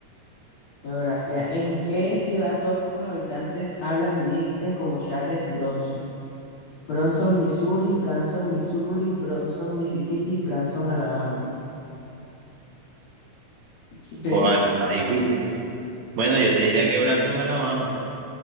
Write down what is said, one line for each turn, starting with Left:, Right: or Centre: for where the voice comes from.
Left: Geografía. ¿En qué ciudad todos los habitantes hablan y visten como Charles Bronson? Bronson, Missouri, Branson, Missouri, Bronson, Mississippi, Branson, Alabama. ¿Ve?
Right: Buah, esa está difícil. Bueno, yo te diría que Branson, Alabama.